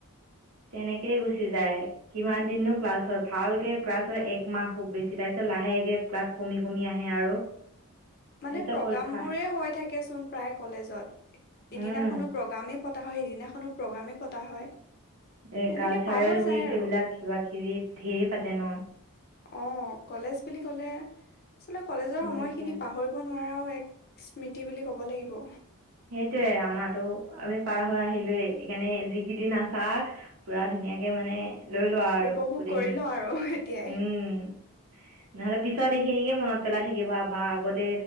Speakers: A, on the right; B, on the left.
A: তেনেকেই গুচি যায় কিমান দিনো ক্লাছ হয় ভালকে ক্লাছ হয় এক মাহ খুব বেছি তাৰ পিছত লাহেকে ক্লাছ কমি কমি আহে আৰু
B: মানে
A: তাৰপিছত
B: প্ৰগ্ৰামবোৰে
A: পৰীক্ষা
B: হৈ থাকে চোন প্ৰায় কলেজত এদিনাখনো
A: উম
B: প্ৰগ্ৰামে পতা হয় সিদিনাখনো প্ৰগ্ৰামে পতা হয়
A: এ
B: এনেকে
A: কালচাৰেল
B: পাৰ হৈ
A: উইক
B: যায় আৰু
A: এইবিলাক কিবা কিবি েৰ পাতে ন
B: অ কলেজ বুলি কলে আচল কলেজৰ
A: হয়
B: সময়খিনি
A: দিয়া
B: পাহৰিব নোৱাৰাও এক স্মৃতি বুলি ক'ব লাগিব
A: সেইটোয়ে আমাৰো আমি পাৰ হৈ আহিলোেই সেইকাৰণে যিিকেইদিন আছা পুৰা ধুনীয়াকে মানে লৈ লোৱা আৰু
B: উপভোগ
A: গোটেইখিনি
B: কৰিলও আৰু। এতিয়াই
A: উম। নহ'লে পিছত এইখিনিকে মনত পেলাই থাকিবা বা আগতে